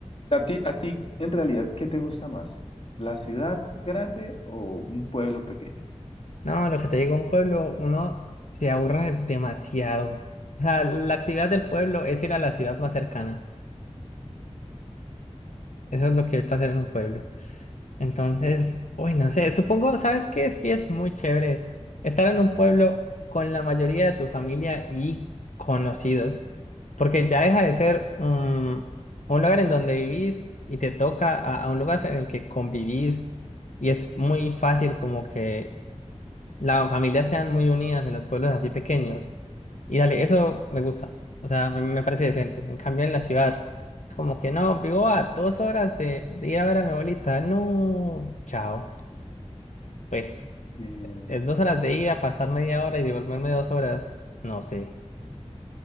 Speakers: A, on the left; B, on the left.
A: A ti, a ti, en realidad, ¿qué te gusta más? ¿La ciudad grande o un pueblo pequeño?
B: No, lo que te digo, un pueblo, uno se aburre demasiado. O sea, la actividad del pueblo es ir a la ciudad más cercana. Eso es lo que hay para hacer en un pueblo. Entonces, uy, no sé, supongo, ¿sabes qué? Sí es muy chévere estar en un pueblo con la mayoría de tu familia y conocidos, porque ya deja de ser mm, un lugar en donde vivís y te toca a, a un lugar en el que convivís y es muy fácil como que las familias sean muy unidas en los pueblos así pequeños. Y dale, eso me gusta. O sea, me, me parece decente. En cambio, en la ciudad, es como que no, vivo a dos horas de, de ir a ver a mi abuelita. No, chao. Pues
A: Eh,
B: es dos horas de ida, pasar media hora y devolverme dos horas. No sé.